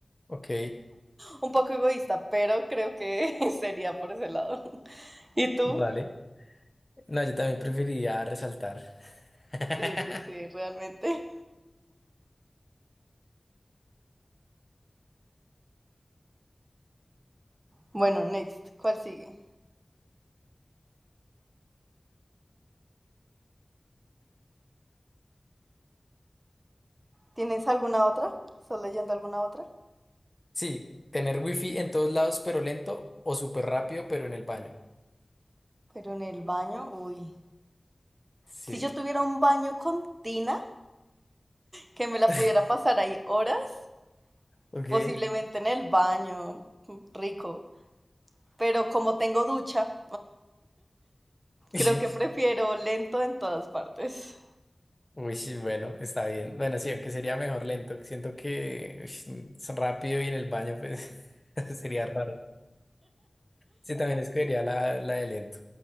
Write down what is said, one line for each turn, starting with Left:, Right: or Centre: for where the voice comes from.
Left: Ok,
Right: Un poco egoísta, pero creo que <laughs> sería por ese lado. <laughs> ¿Y tú?
Left: vale. No, yo también preferiría resaltar. <laughs>
Right: Sí, sí, sí, realmente. Bueno, next, ¿cuál sigue? ¿Tienes alguna otra? ¿Estás leyendo alguna otra?
Left: Sí, tener wifi en todos lados pero lento o súper rápido pero en el baño.
Right: Pero en el baño, uy.
Left: Sí.
Right: Si yo tuviera un baño con tina, que me la
Left: <laughs>
Right: pudiera pasar ahí horas,
Left: Ok.
Right: posiblemente en el baño, <laughs> rico. Pero como tengo ducha,
Left: <laughs>
Right: creo que prefiero lento en todas partes.
Left: Uy, sí, bueno, está bien. Bueno, sí, aunque sería mejor lento. Siento que ush, es rápido y en el baño, pues <laughs> sería raro. Sí, también escogería la, la de lento.